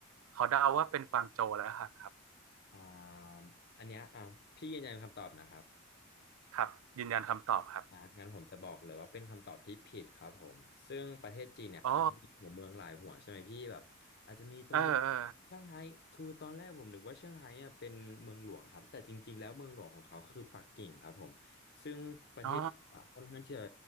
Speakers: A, on the right; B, on the left.
A: ขอเดาว่าเป็นกวางโจวแล้วครับครับ
B: อ่าอันเนี้ยอ่ะพี่ยืนยันคำตอบนะครับ
A: ครับยืนยันคำตอบครับ
B: นะงั้นผมจะบอกเลยว่าเป็นคำตอบที่ผิดครับผมซึ่งประเทศจีนเนี่ยเขามีหัวเมืองหลายหัวใช่ไหมพี่แบบอาจจะมีตรงนี้
A: อ๋อเออเออ
B: เซี่ยงไฮ้คือตอนแรกผมนึกว่าเซี่ยงไฮ้เนี่ยเป็นเมืองหลวงครับแต่จริงๆแล้วเมืองหลวงของเขาคือปักกิ่งครับผมซึ่งประเทศเขาอะค่อนข้างที่จะ
A: อ๋อ